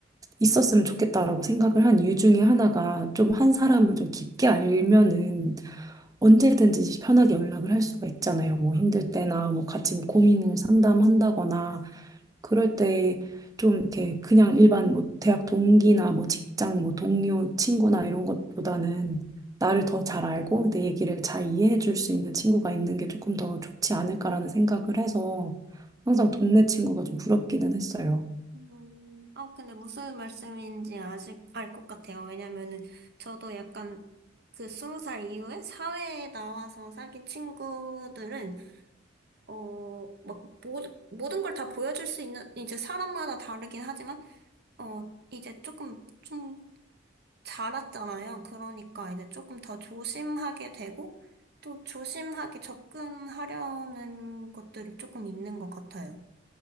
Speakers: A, on the right; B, on the right.
A: 있었으면 좋겠다라고 생각을 한 이유 중에 하나가 좀 한 사람을 좀 깊게 알면은 언제든지 편하게 연락을 할 수가 있잖아요. 뭐
B: 아,
A: 힘들
B: 그-
A: 때나 뭐 같이 뭐 고민을 상담한다거나 그럴 때 좀 이렇게 그냥 일반 뭐 대학 동기나 뭐 직장 뭐 동료 친구나 이런 것보다는 나를 더 잘 알고 내 얘기를 잘 이해해 줄 수 있는 친구가 있는 게 조금 더 좋지 않을까라는 생각을 해서 항상 동네 친구가 좀 부럽기는 했어요.
B: 음, 어, 근데 무슨 말씀인지 아직 알 것 같아요. 왜냐면은 저도 약간 그 스무 살 이후에 사회에 나와서 사귄 친구들은 어, 막, 모, 모든 걸 다 보여줄 수 있는, 이제 사람마다 다르긴 하지만, 어, 이제 조금, 좀 자랐잖아요. 그러니까 이제 조금 더 조심하게 되고, 또 조심하게 접근하려는 것들이 조금 있는 것 같아요.